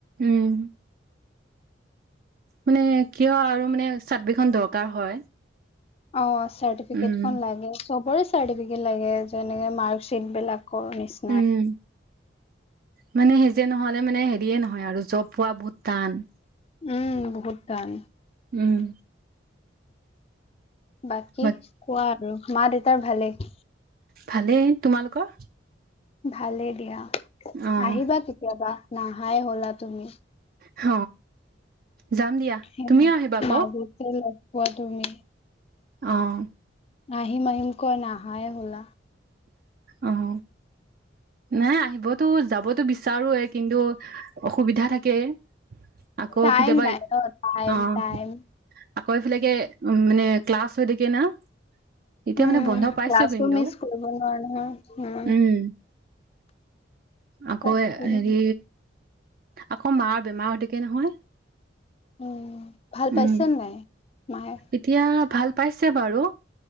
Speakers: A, on the right; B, on the left.
A: উম। মানে কিয় আৰু মানে চাতবি খন দৰকাৰ হয়।
B: অঁ চাৰ্টিফিকেট
A: উম,
B: খন লাগে চবৰে চাৰ্টিফিকেট লাগে, যেনেকে মাৰ্কশ্বিট বিলাকৰ নিচ
A: উম। মানে সেই যে নহ'লে মানে হেৰিয়ে নহয় আৰু জব পোৱা বহুত টান।
B: উম বহুত টান।
A: উম।
B: বাকী
A: বাট
B: কোৱা আৰু, মা দেউতাৰ ভালেই?
A: ভালেই, তোমালোকৰ?
B: ভালেই দিয়া,
A: অ',
B: আহিবা কেতিয়াবা নাহাই হলা তুমি।
A: হ যাম দিয়া।
B: হেমাহ
A: তুমিও আহিবা আকৌ
B: মাজতে লগ পোৱা তুমি।
A: অঁ।
B: আলিম, আহিম, কৈ নাহায় হলা।
A: অঁহ নাই আহিব তো যাবতো বিচাৰোয়ে, কিন্তু অসুবিধা থাকে। আকৌ
B: টাইম
A: কেতিয়াবা
B: নাই ন টাইম
A: অঁ।
B: টাইম
A: আকৌ, এইফালেকে উম মানে ক্লাছ হৈ থাকে না। এতিয়া
B: উম,
A: মানে বন্ধ পাইছো
B: ক্লাছো
A: কিন্তু
B: মিছ কৰিব নোৱাৰো নহয়।
A: উম। আকৌ
B: তাকেই
A: এ হেৰি, আকৌ মাৰ বেমাৰ হৈ থাকে নহয়।
B: উম, ভাল
A: উম
B: পাইছে নে নাই মায়ে?
A: এতিয়া ভাল পাইছে বাৰু,